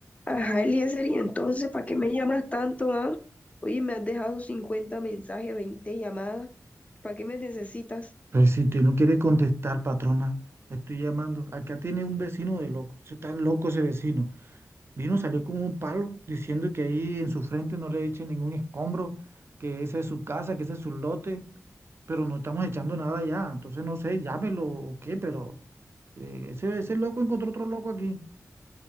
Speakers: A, on the left (about 25°); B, on the right (about 45°).
A: Ajá, Eliezer, y entonces, ¿para qué me llamas tanto, ah? Oye, me has dejado 50 mensajes, 20 llamadas. ¿Para qué me necesitas?
B: Pues si usted no quiere contestar, patrona, le estoy llamando. Acá tiene un vecino de loco. Se está loco ese vecino. Vino, salió con un palo diciendo que ahí en su frente no le echen ningún escombro, que esa es su casa, que ese es su lote, pero no estamos echando nada ya. Entonces no sé, llámelo o qué, pero eh, ese, ese loco encontró otro loco aquí.